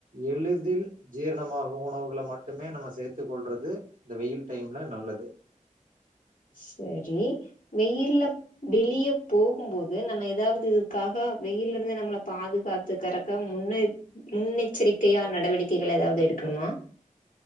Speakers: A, on the right; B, on the left.
A: எளிதில் ஜீரணமாக உணவுகளை மட்டுமே நம்ம சேர்த்துக் கொள்றது இந்த வெயில் டைம்ல நல்லது
B: செரி வெயில்ல வெளியே போகும்போது நம்ம ஏதாவது இதுக்காக வெயில இருந்து நம்மளை பாதுகாத்துக்கிறக்க முன்ன முன்னெச்சரிக்கையா நடவடிக்கைகள் ஏதாவது எடுக்கணுமா